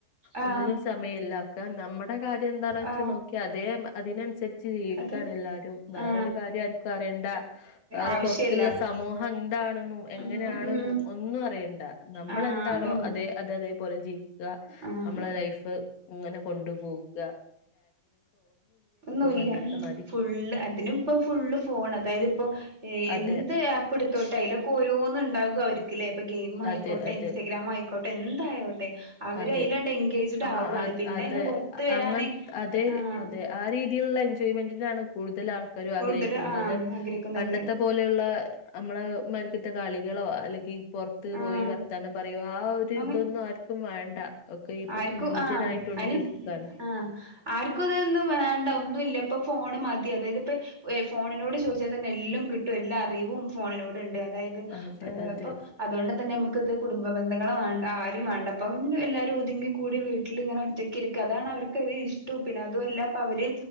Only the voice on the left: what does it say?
ഒന്നിനും സമയം ഇല്ലക്ക നമ്മുടെ കാര്യം എന്താണ
വെ നോക്കിയ അതേ അതിന <unintelligible> ക്കയാണ്
എല്ലാരും വേറൊരു
കാര്യം ആർക്കും അറിയേണ്ട വേറെ
പുറത്തുള്ള സമൂഹം എന്താണെന്നും
എങ്ങനെയാണെന്നും
ഒന്നും അറിയണ്ട നമ്മളെന്താണോ
അതെ അതതേപലെ
നമ്മള ലൈഫ് ഇങ്ങനെ കൊണ്ടുപോകുക
പണ്ടത്തെ മാതിരി
അതെ
അതെ അതെ
അതെ.
ആഹ്
അത്
അത്
അങ്ങൻ അതേ
ര് അതെ ആ രീതിയിലുള്ള <unintelligible> കൂടുതൽ ആൾക്ക
ആഗ്രഹിക്കുന്നത്
അത്
പണ്ടത്തെ പോലെയുള്ള നമ്മള ഇത്തെ കളികളോ അല്ലെങ്കിൽ പുറത്ത്
പോയി വർത്താനോ പറയോ ആ ഒരു
ഇതൊന്നും ആർക്കും വേണ്ട ഒക്കെ ഇപ്പൊ
ന്യൂജനായിട്ടൊണ്ടിരിക്കാണ്.
അതെ അതെ